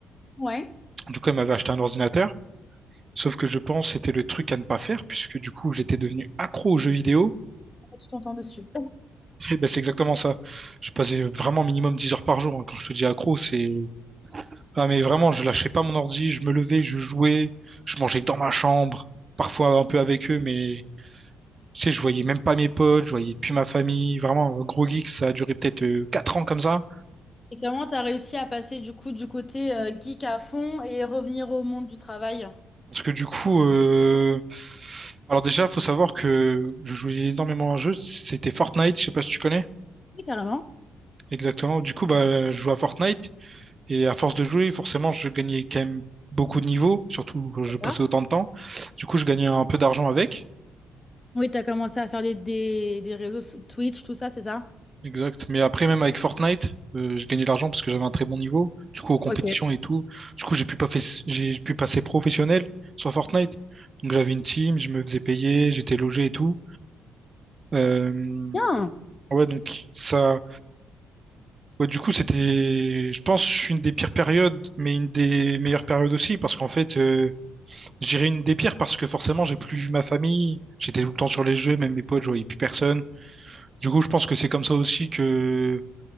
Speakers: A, on the left; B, on the right.
A: Ouais.
B: Du coup, elle m'avait acheté un ordinateur. Sauf que je pense que c'était le truc à ne pas faire puisque du coup, j'étais devenu accro aux jeux vidéo.
A: C'est tout ton temps dessus.
B: Et ben, c'est exactement ça. Je passais vraiment minimum 10 heures par jour. hein. Quand je te dis accro, c'est... Ah, mais vraiment, je lâchais pas mon ordi. Je me levais, je jouais, je mangeais dans ma chambre, parfois un peu avec eux, mais Tu sais, je voyais même pas mes potes, je voyais plus ma famille. Vraiment, un gros geek, ça a duré peut-être euh, quatre ans comme ça.
A: Et comment tu as réussi à passer du coup du côté euh, geek à fond et revenir au monde du travail?
B: Parce que du coup, euh... alors déjà, faut savoir que je jouais énormément à un jeu. C'était Fortnite, je sais pas si tu connais
A: Oui, carrément.
B: exactement. Du coup, bah, je jouais à Fortnite et à force de jouer, forcément, je gagnais quand même beaucoup de niveaux, surtout quand je
A: D'accord.
B: passais autant de temps. Du coup, je gagnais un peu d'argent avec.
A: Oui, tu as commencé à faire des, des, des réseaux sous- Twitch, tout ça, c'est ça?
B: Exact. Mais après, même avec Fortnite, euh, je gagnais de l'argent parce que j'avais un très bon niveau. Du coup, aux compétitions
A: Ok.
B: et tout. Du coup, j'ai pu pas fait... j'ai pu passer professionnel sur Fortnite. Donc, j'avais une team, je me faisais payer, j'étais logé et tout. Euh,
A: Bien.
B: Ouais, donc ça. Ouais, du coup, c'était, je pense, une des pires périodes, mais une des meilleures périodes aussi, parce qu'en fait, euh, je dirais une des pires parce que forcément, j'ai plus vu ma famille. J'étais tout le temps sur les jeux, même mes potes, je voyais plus personne. Du coup, je pense que c'est comme ça aussi que